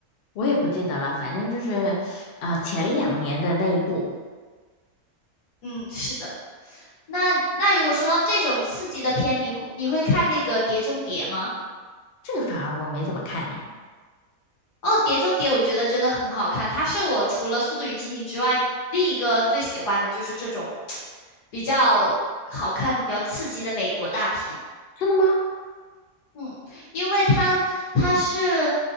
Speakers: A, on the left; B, on the left.
A: 我也不记得了，反正就是呃前两年的那一部，
B: 嗯，是的。那那如果说到这种刺激的片，你会你会看那个《碟中谍》吗？
A: 这个反而我没怎么看呢。
B: 哦，《碟中谍》我觉得真的很好看，它是我除了《速度与激情》之外另一个最喜欢的就是这种比较好看、比较刺激的美国大片。
A: 真的吗？
B: 嗯，因为它它是